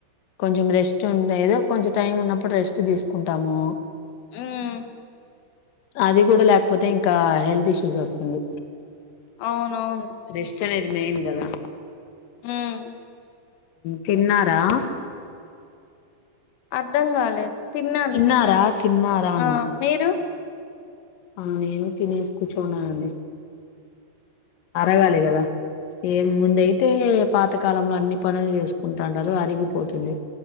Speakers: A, on the left; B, on the left.
A: కొంచెం రెస్ట్ ఉండ్ ఏదో కొంచెం టైం ఉన్నప్పుడు రెస్ట్ తీస్ కుంటాము
B: హ్మ్.
A: అది కూడా లేకపోతే ఇంకా హెల్త్ ఇష్యూస్ వస్తుంది
B: అవునవును
A: రెస్ట్ మెయిన్ కదా
B: ఉమ్
A: తిన్నారా
B: అర్ధం కాలేదు తిన్నాను
A: తిన్నారా
B: తిన్నాను
A: తిన్నారా అన్న
B: ఆ మీరు
A: ఆ నేను తినేసి కూర్చున్నానండి అరగాలి కదా ఏం ముందయితే పాతకాలం అన్ని పనులు చేసుకుంటా అరిగిపోతుంది